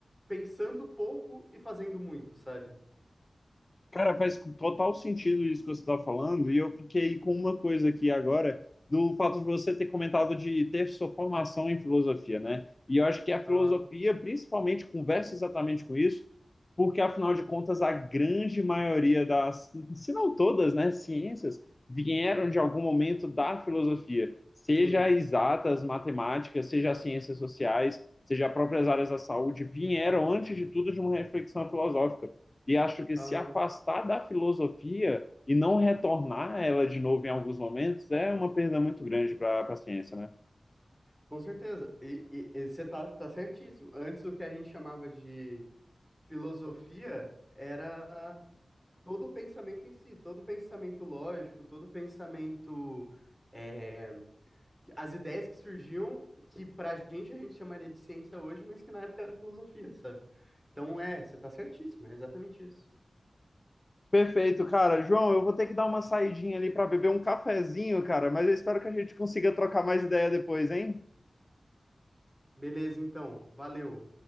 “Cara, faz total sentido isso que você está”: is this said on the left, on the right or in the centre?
Left